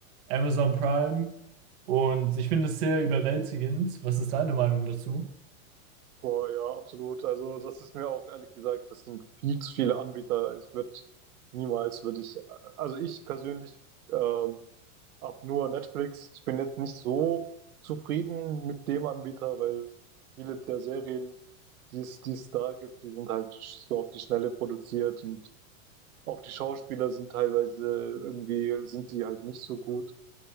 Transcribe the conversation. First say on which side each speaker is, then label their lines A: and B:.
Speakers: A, on the right (about 50°); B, on the right (about 85°).
A: Amazon Prime. Und ich finde es sehr überwältigend. Was ist deine Meinung dazu?
B: Boah, ja, absolut. Also, das ist mir auch ehrlich gesagt, das sind viel zu viele Anbieter. Ich würde niemals, würde ich, also ich persönlich ähm, habe nur Netflix. Ich bin jetzt nicht so zufrieden mit dem Anbieter, weil viele der Serien, die es, die es da gibt, die sind halt so auf die Schnelle produziert und auch die Schauspieler sind teilweise irgendwie, sind die halt nicht so gut.